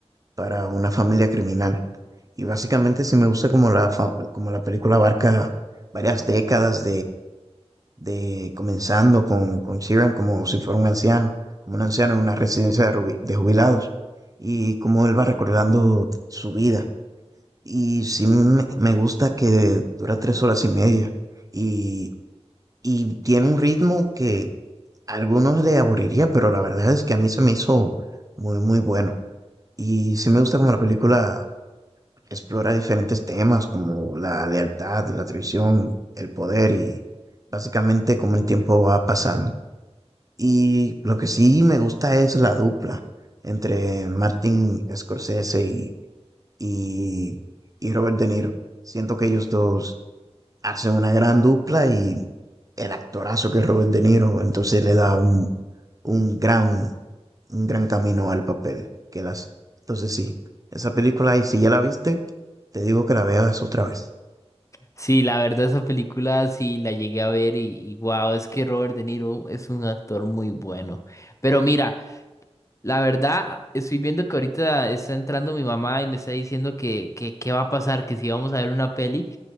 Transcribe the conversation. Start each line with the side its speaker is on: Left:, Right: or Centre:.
Right: para una familia criminal. Y básicamente sí me gusta como la, fa- como la película abarca varias décadas de comenzando con, con Sheeran como si fuera un anciano, como un anciano en una residencia de, rubi- de jubilados, y cómo él va recordando su vida. Y sí me me gusta que dura tres horas y media, y, y tiene un ritmo que a algunos le aburriría, pero la verdad es que a mí se me hizo muy, muy bueno. Y sí me gusta como la película explora diferentes temas como la lealtad, la traición, el poder y básicamente cómo el tiempo va pasando. Y lo que sí me gusta es la dupla entre Martin Scorsese y, y, y Robert De Niro. Siento que ellos dos hacen una gran dupla y el actorazo que es Robert De Niro, entonces le da un, un gran, un gran camino al papel que él hace. Entonces sí, esa película, y si ya la viste, te digo que la veas otra vez.
Left: Sí, la verdad, esa película sí la llegué a ver y, y wow, es que Robert De Niro es un actor muy bueno. Pero mira. La verdad, estoy viendo que ahorita está entrando mi mamá y me está diciendo que, que, qué va a pasar, que si vamos a ver una peli.